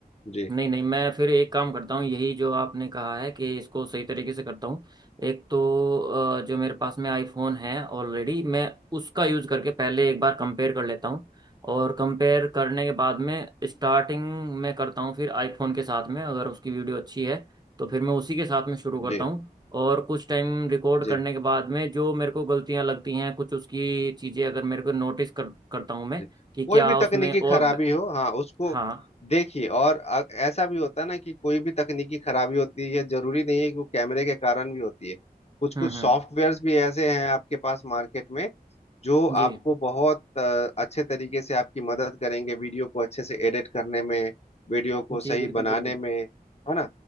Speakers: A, on the left; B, on the right.
A: जी
B: नहीं नहीं मैं फिर एक काम करता हूँ यही जो आपने कहा है कि इसको सही तरीके से करता हूँ एक तो अ, जो मेरे पास में आईफोन है ऑलरेडी मैं उसका यूज़ करके पहले एक बार कंपेयर कर लेता हूँ और कंपेयर करने के बाद में स्टार्टिंग में करता हूँ फिर आईफोन के साथ में अगर उसकी वीडियो अच्छी है तो फिर मैं उसी के साथ में शुरू करता
A: जी
B: हूँ और कुछ टाइम रिकॉर्ड
A: जी
B: करने के बाद में जो मेरे को गलतियाँ लगती हैं कुछ उसकी चीज़ें अगर मेरे को नोटिस कर करता हूँ मैं
A: जी कोई
B: कि क्या
A: भी
B: उसमें
A: तकनीकी
B: और
A: खराबी
B: ब-
A: हो हाँ उसको
B: हाँ
A: देखिए और अ- ऐसा भी होता है ना कि कोई भी तकनीकी खराबी होती है जरूरी नहीं है कि वो कैमरे के कारण भी होती है कुछ कुछ
B: हम्म हम्म
A: सॉफ्टवेयर्स भी ऐसे हैं आपके पास मार्केट में जो
B: जी
A: आपको बहुत अ, अच्छे तरीके से आपकी मदद करेंगे वीडियो को अच्छे से एडिट करने में वीडियो को सही
B: जी बिल्कुल
A: बनाने
B: बिल्कुल
A: में है ना